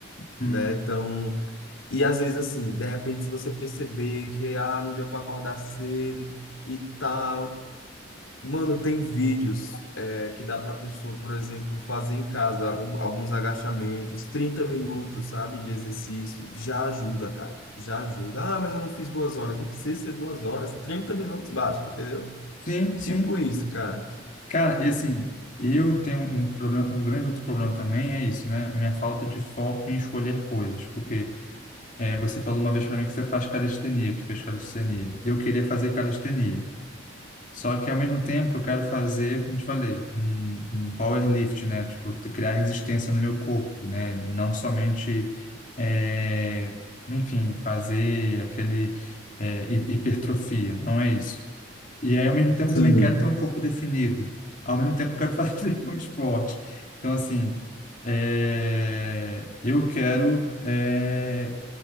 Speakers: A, on the left; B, on the left.
A: Hum,
B: né? Então, e às vezes assim, de repente se você perceber que ah, não deu para acordar cedo e tal, mano, tem vídeos é, que dá para pessoa, por exemplo, fazer em casa al- alguns agachamentos, 30 minutos, sabe, de exercício, já ajuda, cara, já ajuda. Ah, mas eu não fiz duas horas, não precisa ser duas horas, 30 minutos basta, entendeu?
A: Sim, sim,
B: Tipo isso, cara.
A: Cara, e assim, eu tenho um problema, um grande outro problema também é isso, né? Minha falta de foco em escolher coisas. Porque é, você falou uma vez para mim que você faz calistenia, que fez calistenia. Eu queria fazer calistenia. Só que ao mesmo tempo eu quero fazer, como te falei, um, um power lift né? Tipo, te- criar resistência no meu corpo, né? Não somente, é, enfim, fazer aquele é, hi- hipertrofia. Não é isso. E aí, ao mesmo tempo,
B: Sim.
A: eu também quero ter um corpo definido. Ao mesmo tempo, eu quero <laughs> fazer um esporte. Então, assim, é, eu quero, é,